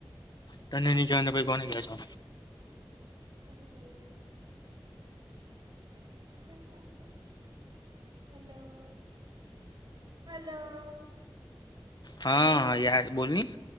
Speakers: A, on the left; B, on the right.
A: તને નઈ કહેવા પ કોને ક છો
B: તારી બહેરીની હા હા હા. હલો. હલો. હલો
A: હા હા યાર બોલની.